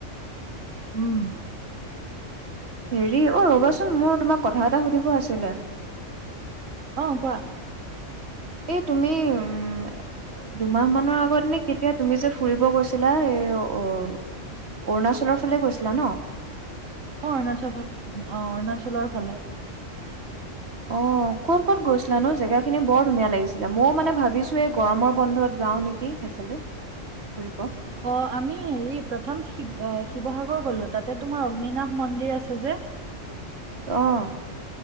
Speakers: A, on the right; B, on the right.
A: উম।
B: হেৰি অ ৰ'বাচোন? মোৰ তোমাক কথা এটা সুধিব আছে? <unintelligible>
A: অ কোৱা?
B: এই তুমি উম দুমাহমানৰ আগত নে কেতিয়া তুমি যে ফুৰিব গৈছিলা এই অৰুণাচলৰ ফালে গৈছিলা ন
A: অ অৰুণাচল অ অৰুণাচলৰ ফালে
B: অ ক'ত ক'ত গৈছিলানো জেগা খিনি বৰ ধুনীয়া লাগিছিলে মও মানে ভাবিছো এই গৰমৰ বন্ধত যাওঁ নেকি সেইফালে ফুৰিব
A: অ আমি হেৰি প্ৰথম শিৱ শিৱসাগৰ গলো তাতে তোমাৰ অগ্নিনাভ মন্দিৰ আছে যে
B: আহ